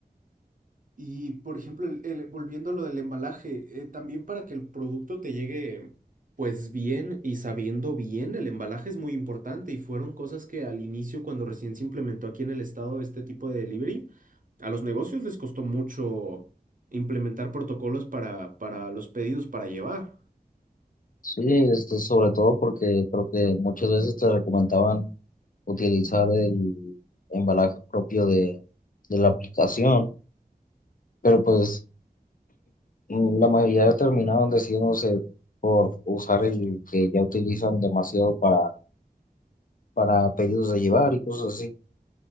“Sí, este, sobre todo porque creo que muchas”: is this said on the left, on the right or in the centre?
Left